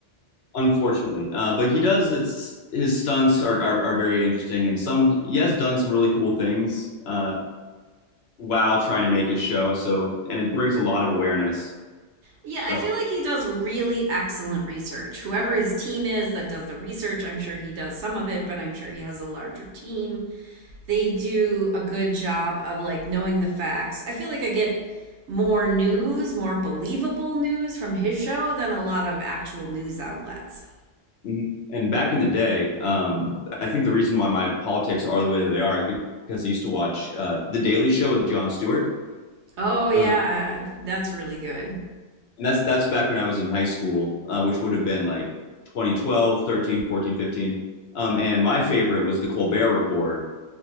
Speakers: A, on the left (about 65°); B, on the right (about 70°).
A: unfortunately, uh, but he does it's his stunts are, are are very interesting and some he has done some really cool things uh, while trying to make his show. So and it brings a lot of awareness.
B: Yeah, I
A: So
B: feel like he does really excellent research. Whoever his team is that does the research, I'm sure he does some of it, but I'm sure he has a larger team. they do a good job of like knowing the facts. I feel like I get more news, more believable news from his show than a lot of actual news outlets.
A: mhm. and back in the day, um, I think the reason why my politics are the way that they are is because I used to watch uh, The Daily Show with Jon Stewart.
B: Oh yeah,
A: Uh,
B: that's really good.
A: and that's that's back when I was in high school, uh, which would have been like 2012, 13, 14, 15. Um, and my favorite was the Colbert Report,